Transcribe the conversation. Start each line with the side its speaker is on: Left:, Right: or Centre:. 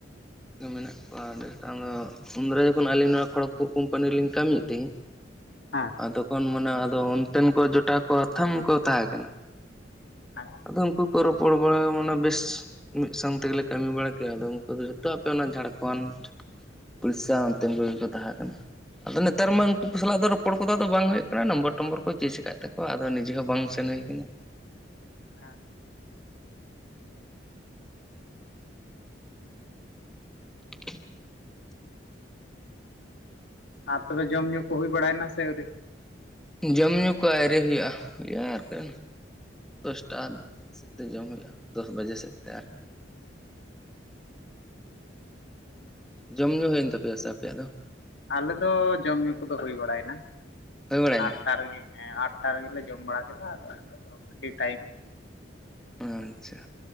Centre: ᱢᱮᱱᱟᱜ ᱠᱚᱣᱟ ᱟᱰᱤ ᱜᱚᱴᱟᱝ ᱟᱫᱚ ᱩᱱ ᱫᱟᱨᱟ ᱡᱚᱠᱷᱚᱱ ᱟᱹᱞᱤᱧ ᱱᱚᱣᱟ ᱠᱷᱚᱲᱚᱜᱽᱯᱩᱨ ᱠᱳᱢᱯᱟᱱᱤ ᱨᱮᱞᱤᱧ ᱠᱟᱹᱢᱤᱭᱮᱫ ᱛᱤᱦᱤᱜ
Left: ᱦᱮᱸ
Centre: ᱟ ᱛᱚᱠᱷᱚᱱ ᱢᱟᱱᱮ ᱟᱫᱚ ᱚᱱᱛᱮᱱ ᱠᱚ ᱡᱚᱴᱟ ᱠᱚ ᱟᱛᱷᱟᱢ ᱠᱚ ᱛᱟᱦᱮᱸ ᱠᱟᱱᱟ
Left: ᱦᱟᱸ
Centre: ᱟᱫᱚ ᱩᱱᱠᱩ ᱠᱚ ᱨᱚᱯᱚᱲ ᱵᱟᱲᱟ ᱢᱟᱱᱮ ᱵᱮᱥ ᱢᱤᱫ ᱥᱟᱝ ᱛᱮᱜᱮ ᱞᱮ ᱠᱟᱹᱢᱤ ᱵᱟᱲᱟ ᱠᱮᱭᱟ ᱟᱫᱚ ᱩᱱᱠᱩ ᱫᱚ ᱡᱷᱚᱛᱚ ᱟᱯᱮ ᱚᱱᱟ ᱡᱷᱟᱲᱠᱷᱚᱸᱰ ᱩᱲᱤᱥᱥᱟ ᱚᱱᱛᱮᱱ ᱠᱚ ᱜᱮ ᱠᱚ ᱛᱟᱸᱦᱮ ᱠᱟᱱᱟ ᱟᱫᱚ ᱱᱮᱛᱟᱨ ᱢᱟᱝ ᱩᱝᱠᱩ ᱥᱟᱞᱟᱜ ᱫᱚ ᱨᱚᱯᱚᱲ ᱠᱚᱫᱚ ᱟᱫᱚ ᱵᱟᱝ ᱦᱩᱭᱩᱜ ᱠᱟᱱᱟ ᱱᱟᱢᱵᱚᱨ ᱴᱚᱢᱵᱚᱨ ᱠᱚ ᱪᱮᱡᱽ ᱠᱟᱜ ᱛᱟᱠᱚᱣᱟ ᱟᱫᱚ ᱱᱤᱡᱮ ᱦᱚᱸ ᱵᱟᱝ ᱥᱮᱱ ᱦᱩᱭᱠᱟᱱᱟ
Left: ᱦᱮᱸ
Centre: <inaudible>
Left: ᱟᱨ ᱛᱚᱵᱮ ᱡᱚᱢ ᱧᱩ ᱠᱚ ᱦᱩᱭ ᱵᱟᱲᱟᱭ ᱱᱟ ᱥᱮ ᱟᱹᱣᱨᱤ?
Centre: ᱡᱚᱢ ᱧᱩ ᱠᱚ ᱟᱭᱨᱤ ᱦᱩᱭᱩᱜᱼᱟ ᱦᱩᱭᱩᱜᱼᱟ ᱟᱨᱠᱤ ᱫᱚᱥᱴᱟ ᱥᱮᱫ ᱛᱮ ᱡᱚᱢ ᱦᱩᱭᱩᱜᱼᱟ ᱫᱚᱥ ᱵᱟᱡᱮ ᱥᱮᱫ ᱛᱮ ᱟᱨᱠᱤ ᱡᱚᱢ ᱧᱩ ᱦᱩᱭᱮᱱ ᱛᱟᱯᱮᱭᱟ ᱥᱮ ᱟᱯᱮᱭᱟᱜ ᱫᱚ?
Left: ᱟᱞᱮ ᱫᱚ ᱡᱚᱢ ᱧᱩ ᱠᱩᱫᱚ ᱦᱩᱭ ᱵᱟᱲᱟᱭᱱᱟ
Centre: ᱦᱩᱭ
Left: ᱦᱟᱱᱮ
Centre: ᱵᱟᱲᱟᱭᱮᱱᱟ
Left: ᱟᱴᱴᱟ ᱨᱮᱜᱮ ᱦᱮᱸ ᱟᱴᱴᱟ ᱨᱮᱜᱮᱞᱮ ᱡᱚᱢ ᱵᱟᱲᱟ ᱠᱮᱫᱟ ᱟᱫᱚ ᱯᱷᱨᱤ ᱴᱟᱭᱤᱢ
Centre: ᱟᱪᱪᱷᱟ